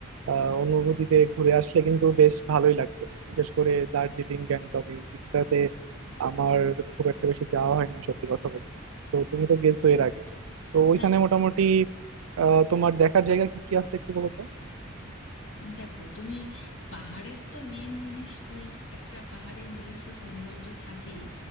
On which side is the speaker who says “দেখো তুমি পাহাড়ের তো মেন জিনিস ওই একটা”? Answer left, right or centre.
Left